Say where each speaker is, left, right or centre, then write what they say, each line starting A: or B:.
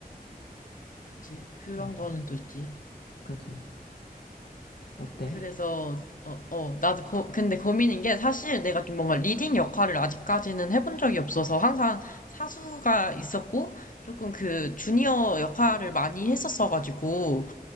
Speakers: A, on the left (about 60°); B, on the left (about 90°).
A: 그치. 그런
B: 어,
A: 거는 또 있지.
B: 그치? 어때?
A: 그래서, 어, 어, 나도 고, 근데 고민인 게 사실 내가 좀 뭔가 리딩 역할을 아직까지는 해본 적이 없어서 항상 사수가 있었고 조금 그 주니어 역할을 많이 했었어가지고